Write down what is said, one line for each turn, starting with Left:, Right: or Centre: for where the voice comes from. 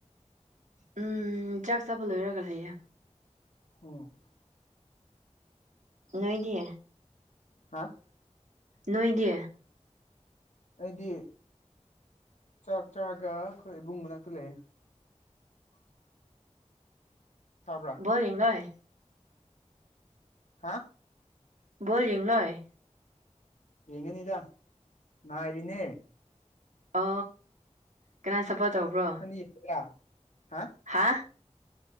Right: ꯎꯝ ꯆꯥꯛ ꯆꯥꯕ ꯂꯣꯏꯔꯒ ꯂꯩꯌꯦ
Left: ꯎꯝ
Right: ꯅꯣꯏꯗꯤ
Left: ꯍꯥ
Right: ꯅꯣꯏꯗꯤ
Left: ꯑꯩꯗꯤ ꯆꯥꯛ ꯆꯥꯔꯒ ꯑꯩꯈꯣꯏ ꯏꯕꯨꯡ ꯃꯅꯥꯛꯇ ꯂꯩ ꯇꯥꯕ꯭ꯔ
Right: <unintelligible>
Left: ꯍꯥ
Right: ꯕꯣꯜ ꯌꯦꯡꯂꯣꯏ
Left: ꯌꯦꯉꯒꯅꯤꯗ ꯉꯥꯏꯔꯤꯅꯦ
Right: ꯑ ꯀꯅꯥ ꯁꯄꯣꯔꯠ ꯇꯧꯕ꯭ꯔꯣ
Left: <unintelligible>
Right: ꯍꯥ